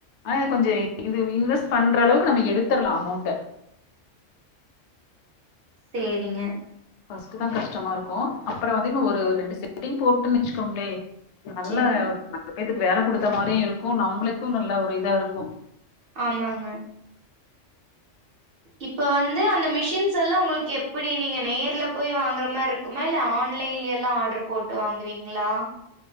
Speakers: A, on the left; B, on the right.
A: ஆன இது கொஞ்ச இது இன்வெஸ்ட் பண்ற அளவுக்கு நம்ம எடுத்தரல்லா அமௌண்ட்ட
B: சேரிங்க
A: ஃபர்ஸ்ட்டு தா கஷ்டமா இருக்கு அப்பற வந்து இன்ன ஒரு ரெண்டு செட்டிங் போட்டுன்னு வச்சுக்கோங்ளே நல்ல
B: சேரிங்
A: ஒரு நாலு பேத்துக்கு வேல குடுத்த மாரியு இருக்கு நம்ளுக்கு நல்ல ஒரு இதா இருக்கு
B: ஆமாங்க இப்ப வந்து அந்த மிஷின்ஸ் எல்லா உங்களுக்கு எப்டி நீங்க நேர்ல போய் வாங்ற மாரிருக் க்குமா இல்ல ஆன்லைன்ல எல்லா ஆர்டர் போட்டு வாங்குவீங்ளா